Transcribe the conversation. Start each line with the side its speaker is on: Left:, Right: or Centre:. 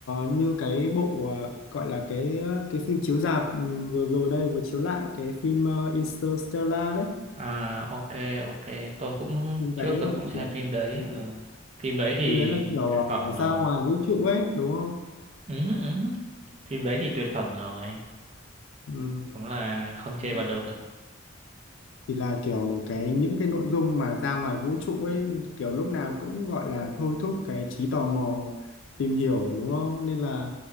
Left: như cái bộ ờ, gọi là cái ờ, cái phim chiếu rạp ừ, vừa rồi đây vừa chiếu lại cái phim ờ, Interstellar đấy
Right: à ok ok tôi cũng
Left: phim đấy
Right: trước tôi
Left: là
Right: cũng xem
Left: kiểu
Right: phim đấy
Left: ừ,
Right: ừ. Phim đấy thì
Left: phim đấy là kiểu
Right: tuyệt phẩm
Left: à, ra
Right: rồi.
Left: ngoài vũ trụ ấy đúng không
Right: Ừ, ừ. Phim đấy thì tuyệt phẩm rồi.
Left: ừ.
Right: Đúng là không chê
Left: Ừ.
Right: vào đâu được.
Left: thì là kiểu cái những cái nội dung mà ra ngoài vũ trụ ấy kiểu lúc nào cũng gọi là thôi thúc cái trí tò mò tìm hiểu đúng không nên là